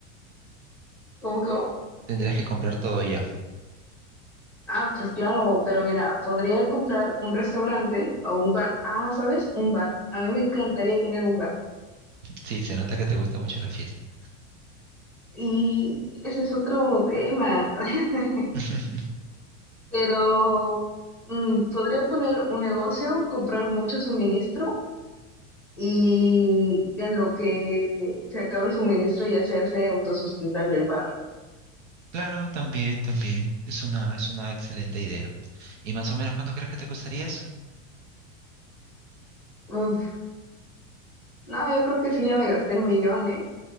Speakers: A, in the centre; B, on the right.
A: ¿cómo cómo?
B: Tendrías que comprar todo ya.
A: Ah, pues claro, pero mira, podría comprar un restaurante o un bar. Ah, ¿sabes? Un bar. A mí me encantaría tener un bar.
B: Sí, se nota que te gusta mucho la fiesta.
A: Y ese es otro tema. <laughs>
B: <laughs>
A: Pero mm, podría poner un negocio, comprar mucho suministro y en lo que se acaba el suministro ya se hace autosustentable el bar.
B: Claro, también, también. Es una, es una excelente idea. ¿Y más o menos cuánto crees que te costaría eso?
A: Uf, no, yo creo que sí, ya me gasté el millón, ¿eh?